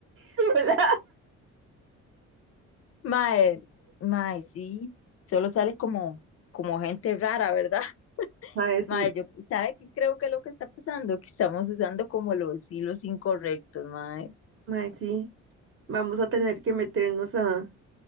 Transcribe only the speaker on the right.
<laughs> Hola.
Mae, sí,
mae, sí. Vamos a tener que meternos a